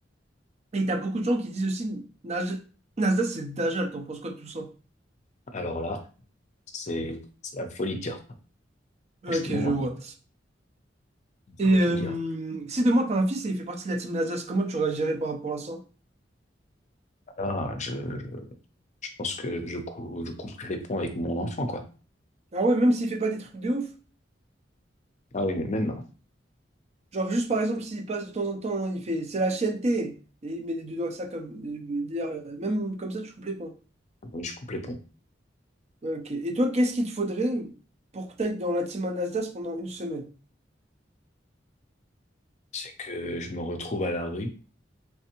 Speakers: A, on the right; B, on the left.
A: Et t'as beaucoup de gens qui disent aussi, Nas- Nasdaq, c'est le Dajjal, t'en penses quoi de tout ça?
B: Alors là, c'est, c'est la folie de dire Franchement,
A: Ok, je vois.
B: on ne saurait
A: Et
B: que
A: euh,
B: dire.
A: si demain t'as un fils et il fait partie de la team Nasdaq, comment tu réagirais par rapport à ça?
B: Ah, je, je pense que je, cou- je coupe les ponts avec mon enfant, quoi.
A: Ah ouais, même s'il fait pas des trucs de ouf.
B: Ah oui, mais même,
A: Genre, juste par exemple, s'il passe de temps en temps, il fait c'est la chaîne t Et il met les deux doigts ça comme. dire, euh, Même comme ça, tu coupes les points.
B: oui, je coupe les ponts.
A: Ok. Et toi, qu'est-ce qu'il te faudrait pour que tu ailles dans la team Anasdas pendant une semaine?
B: C'est que je me retrouve à la rue